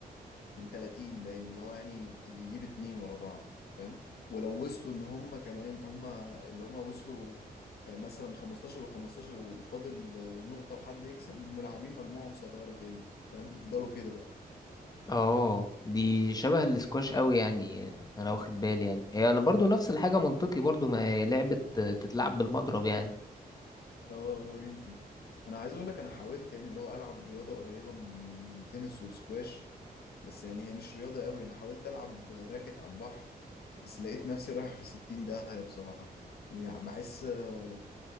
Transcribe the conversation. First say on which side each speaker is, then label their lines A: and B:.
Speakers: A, on the left; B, on the left.
A: من 30 باين اللي هو يعني اللي يجيب اتنين ورا بعض فاهم ولو وصلوا ان هم كمان هم اللي هم وصلوا آه، مثلا 15 و15 وفاضل آه، نقطة وحد يكسب يبقوا ملاعبين مجموعة مصغرة تاني فاهم يفضلوا كده بقى
B: اه دي شبه الاسكواش قوي يعني انا واخد بالي يعني هي انا برضو نفس الحاجة منطقي برضو ما هي لعبة تتلعب بالمضرب يعني
A: اه آه، آه، يمكن انا عايز اقول لك انا حاولت يعني اللي هو العب رياضة قريبة من آه، من التنس والسكواش بس يعني هي مش رياضة قوي انا حاولت العب راكت على البحر بس لقيت نفسي رايح في 60 داهية بصراحة يعني بحس آه،